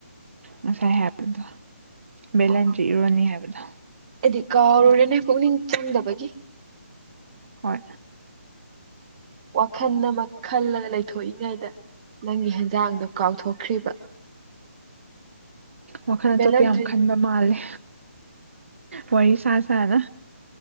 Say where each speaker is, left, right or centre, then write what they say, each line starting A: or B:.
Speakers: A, on the right (about 65°); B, on the right (about 30°).
A: ꯉꯁꯥꯏ ꯍꯥꯏꯕꯗꯣ ꯕꯦꯂꯦꯟꯗ꯭ꯔꯤ
B: ꯑꯣ
A: ꯏꯔꯣꯟꯅꯤ ꯍꯥꯏꯕꯗꯣ
B: ꯑꯩꯗꯤ ꯀꯥꯎꯔꯨꯔꯦꯅꯦ ꯄꯨꯛꯅꯤꯡ ꯆꯪꯗꯕꯒꯤ
A: ꯍꯣꯏ
B: ꯋꯥꯈꯜ ꯑꯃ ꯈꯟꯂꯒꯥ ꯂꯩꯊꯣꯛ ꯊꯣꯛꯏꯉꯩꯗ ꯅꯪꯒꯤ ꯍꯦꯟꯖꯥꯡꯗꯣ ꯀꯥꯎꯊꯣꯛꯈ꯭ꯔꯤꯕ
A: ꯋꯥꯈꯜ ꯑꯇꯣꯞꯄ
B: ꯕꯦꯂꯟꯗ꯭ꯔꯤ
A: ꯌꯥꯝ ꯈꯟꯕ ꯃꯥꯜꯂꯦ ꯋꯥꯔꯤ ꯁꯥ ꯁꯥꯅ